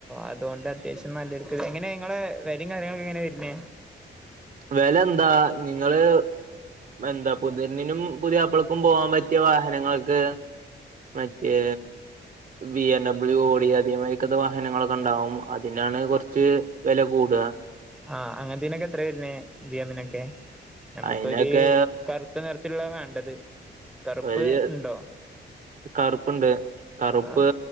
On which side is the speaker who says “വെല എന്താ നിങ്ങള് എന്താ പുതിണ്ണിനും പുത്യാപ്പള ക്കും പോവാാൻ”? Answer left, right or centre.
Right